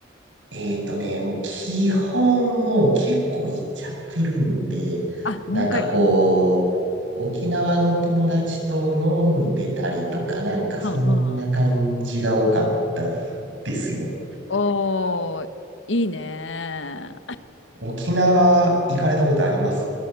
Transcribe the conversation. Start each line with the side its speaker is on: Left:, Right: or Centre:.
Right: えっとね、もう基本もう結構行っちゃってるんで、
Left: あ、何回か。
Right: なんかこう、沖縄の友達と飲んでたりとか、なんかそんな感じが多かった
Left: うんうん。
Right: ですよ。
Left: おー、いいね。
Right: 沖縄行かれたことあります